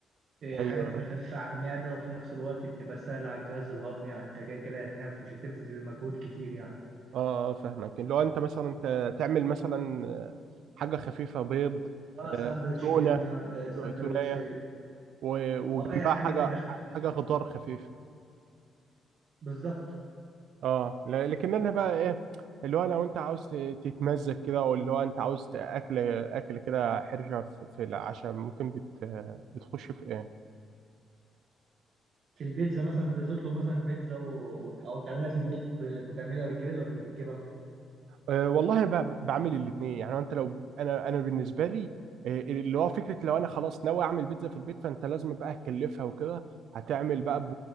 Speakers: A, on the right; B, on the right.
A: إيه،
B: أيوه
A: حاجة تبقى
B: أنا
A: خفيفة على المعدة وفي نفس الوقت تبقى سهلة على الجهاز الهضمي يعني انت كده كده هتنام مش هتبذل مجهود كتير يعني
B: اه اه فاهمك اللي هو أنت مثلا ت- تعمل مثلا آه، حاجة خفيفة بيض
A: اه
B: آه،
A: ساندوتش
B: تونة
A: جبنة آه، ساندوتش
B: تونية و- وجنبها
A: اه اي حاجه
B: حاجة
A: تبقى خف-
B: حاجة خضار خفيف
A: بالظبط
B: اه ل- لكن أنا بقى إيه اللي هو لو أنت عاوز ت- تتمزج كده أو اللي هو أنت عاوز أكل أكل كده حرشة في في العشاء ممكن بت بتخش في إيه؟
A: في البيتزا مثلا بتطلب مثلا بيتزا و... او تعملها في البيت ب... بتعملها بالجبن ولا بتجيبها
B: أه والله ب- بعمل الاثنين يعني انت لو انا انا بالنسبه لي أه، اللي هو فكره لو انا خلاص ناوي اعمل بيتزا في البيت فانت لازم بقى تكلفها وكده هتعمل بقى ب...